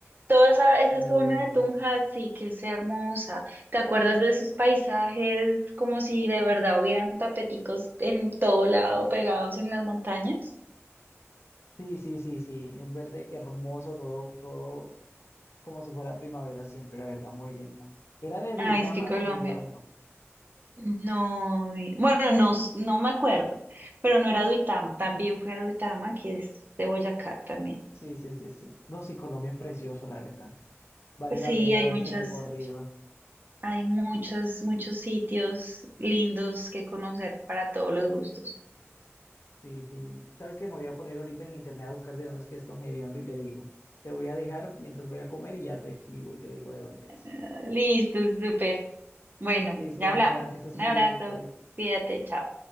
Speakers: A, on the right; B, on the left.
A: Toda esa, esa
B: Eh,
A: zona de Tunja sí que es hermosa. ¿Te acuerdas de esos paisajes como si de verdad hubieran tapeticos en todo lado pegados en las montañas?
B: Sí, sí, sí, sí, un verde hermoso, todo, todo como si fuera primavera siempre, la verdad, muy linda. Era de Duitama,
A: Ay, es que Colombia.
B: Don Gediondo.
A: No, vi- bueno, no, s- no me acuerdo, pero no era Duitama, también fue a Duitama, que es de Boyacá también.
B: Sí, sí, sí, sí. No, sí, Colombia es precioso, la verdad. Vale
A: Pues
B: la
A: sí,
B: pena
A: hay
B: darse
A: muchas,
B: recorrido.
A: hay muchos, muchos sitios lindos que conocer para todos los gustos.
B: Sí, sí. ¿Sabes qué? Me voy a poner ahorita en internet a buscar de dónde es que es Don Gediondo y te digo. Te voy a dejar mientras voy a comer y ya te escribo y te digo de dónde
A: Ah,
B: es.
A: Listo, súper. Bueno,
B: Listo,
A: ya
B: Nata,
A: hablamos.
B: que estés
A: Un
B: muy
A: abrazo,
B: bien. Bye.
A: cuídate, chao.